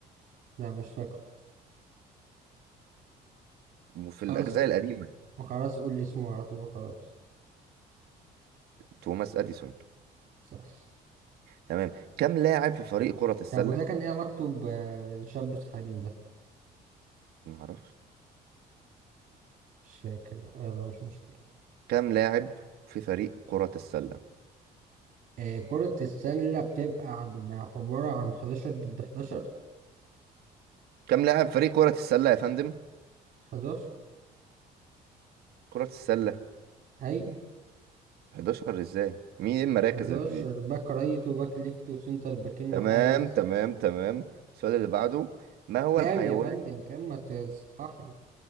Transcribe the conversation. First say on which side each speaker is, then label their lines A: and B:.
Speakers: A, on the right; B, on the right.
A: لا مش فاكره
B: في
A: خلاص
B: الأجزاء القديمة
A: وخلاص قول اسمه على طول وخلاص
B: توماس أديسون
A: صح
B: تمام كم لاعب في فريق كرة السلة؟
A: طب وده كان ايه علاقته بالشاب صاحبنا ده
B: ما أعرفش
A: مش فاكر بقى. يلا مش مشكلة
B: كم لاعب في فريق كرة السلة؟
A: آه كرة السلة بتبقى عن- عبارة عن 11 ضد 11
B: كم لاعب فريق كرة السلة يا فندم؟
A: 11
B: كرة السلة
A: ايوه
B: 11 ازاي مين ايه المراكز
A: 11
B: اللي
A: باك رايت وباك ليفت وسنتر باكين وحارس
B: تمام تمام تمام السؤال اللي بعده ما هو
A: كام
B: الحيوان
A: يا فندم كام ما تصحح لي